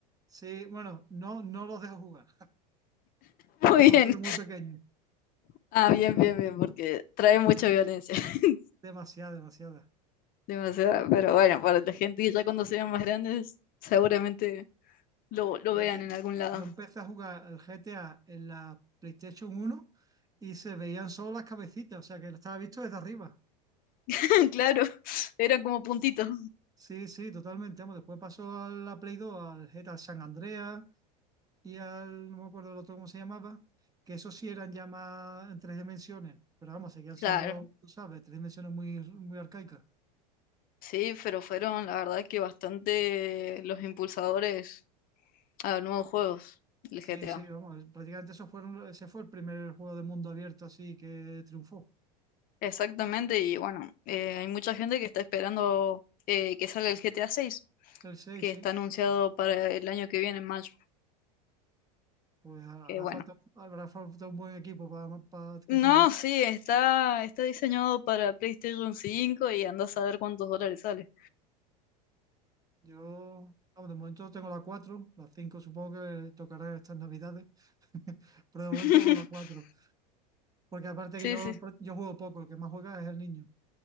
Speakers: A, on the right; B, on the left.
A: Sí, bueno, no, no los dejo jugar,
B: <laughs> Muy
A: son
B: bien.
A: todos muy pequeños,
B: Ah, bien, bien, bien, porque trae mucha violencia, <laughs>
A: demasiada, demasiada.
B: demasiada. Pero bueno, para la gente que ya cuando sean más grandes, seguramente lo, lo
A: Fíjate,
B: vean en algún lado.
A: yo empecé a jugar el GTA en la PlayStation uno y se veían solo las cabecitas, o sea que lo estaba visto desde arriba.
B: <laughs> Claro, eran como puntitos.
A: Sí, sí, totalmente, vamos, después pasó a la Play 2, al GTA San Andreas. y al, no me acuerdo el otro cómo se llamaba, que esos sí eran ya más en tres dimensiones, pero vamos, seguían
B: Claro,
A: siendo, tú sabes, tres dimensiones muy, muy arcaicas.
B: sí, pero fueron la verdad que bastante los impulsadores a los nuevos juegos, el
A: Sí,
B: GTA.
A: sí, vamos, prácticamente eso fueron, ese fue el primer juego de mundo abierto así que triunfó.
B: Exactamente, y bueno, eh, hay mucha gente que está esperando eh, que salga el GTA 6,
A: El 6
B: que está
A: sí,
B: anunciado para el año que viene en mayo,
A: pues hará
B: que bueno.
A: falta, habrá falta un buen equipo para, para que
B: No,
A: tire eso
B: sí, está, está diseñado para PlayStation 5 y anda a saber cuántos dólares sale.
A: Yo, vamos, de momento tengo la 4 la 5 supongo que tocará estas navidades, <laughs> pero de momento
B: <laughs>
A: con la 4 porque aparte
B: Sí,
A: que yo,
B: sí,
A: yo juego poco, el que más juega es el niño.